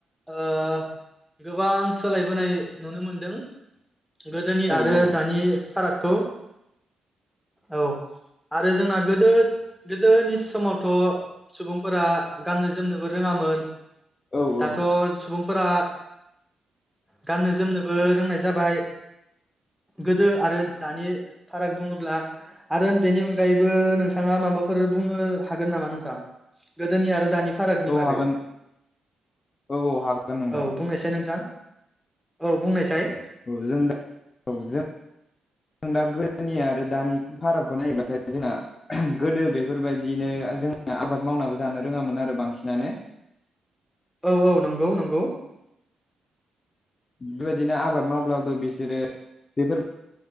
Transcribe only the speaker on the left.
औ
औ
औ औ
औ
हागोन औ औ हागोन नोंथां
<unintelligible> जों दा गोदोनि आरो दानि फारागखौ नायोब्लाथाय जोंना गोदो बेफोरबायदिनो जों आबाद मावनाबो जानो रोङामोन आरो बांसिनानो।
बेबायदिनो आबाद मावब्लाबो बिसोरो बेफोर।